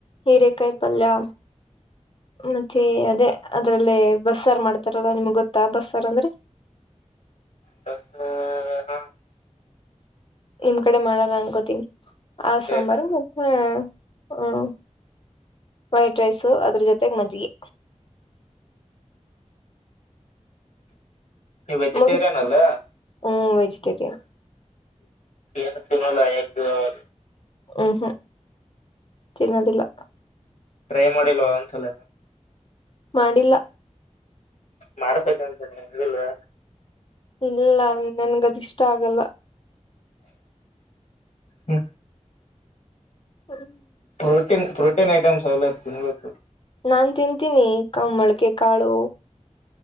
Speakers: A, on the left (about 45°); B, on the left (about 75°).
A: ಹೀರೆಕಾಯಿ ಪಲ್ಯ ಮತ್ತೆ ಅದೇ ಅದ್ರಲ್ಲೇ ಬಸ್ ಸಾರ್ ಮಾಡ್ತಾರಲ್ವಾ ನಿಮ್ಗೆ ಗೊತ್ತಾ ಬಸ್ ಸಾರ್ ಅಂದ್ರೆ
B: ಬ ಹ <unintelligible>
A: ನಿಮ್ ಕಡೆ ಮಾಡಲ್ಲ ಅನ್ಕೋತೀನಿ ಆ
B: ಇಲ್ಲ
A: ಸಾಂಬಾರು
B: ಇಲ್ಲ
A: ಹಾ ಹ ವೈಟ್ ರೈಸ ಅದ್ರ ಜೊತೆಗೆ ಮಜ್ಜಿಗೆ
B: ನೀವು ವೆಜಿಟೇರಿಯನ್
A: <unintelligible>
B: ಅಲ್ಲ
A: ಹ್ಮ್ ವೆಜಿಟೇರಿಯನ್
B: ಏನು ತಿನ್ನೋಲ್ಲ ಎಗ್ದು ಅವ
A: ಹ್ಮ್ ಹ್ಮ್ ತಿನ್ನೋದಿಲ್ಲ
B: ಟ್ರೈ ಮಾಡಿಲ್ವ ಒಂದ್ಸಲ
A: ಮಾಡಿಲ್ಲ
B: ಮಾಡಸಕಂತ ನಿಂದಿಲ್ವಾ
A: ಇಲ್ಲ ನನ್ಗದ ಇಷ್ಟ ಆಗಲ್ಲ.
B: ಹ್ಮ
A: <inaudible>
B: ಪ್ರೋಟೀನ್ ಪ್ರೋಟೀನ್ ಐಟಮ್ಸ್ ಅವೆಲ್ಲ ತಿನ್ಬೇಕು.
A: ನಾನ್ ತಿಂತೀನಿ ಕಂಬಳಕೆ ಮೋಳ್ಕೆಕಾಳು